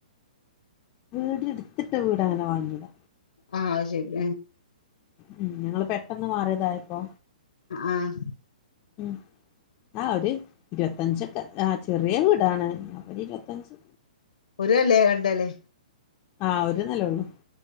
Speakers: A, on the left; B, on the left.
A: വീട് എടുത്തിട്ട വീട് അങ്ങനെ വാങ്ങിയതാ
B: ആ അയ് ശെരി
A: ഉം ഞങ്ങള് പെട്ടെന്ന് മാറിയതായപ്പോ
B: ആഹ്
A: ഉം ആ ഒരു ഇരുപത്തഞ്ചൊക്കെ ആ ചെറിയ വീടാണ് ഒരു ഇരുപത്തഞ്ച്
B: ഒരു അല്ലേ രണ്ടല്ലേ
A: ആഹ് ഒരു നില ഉള്ളു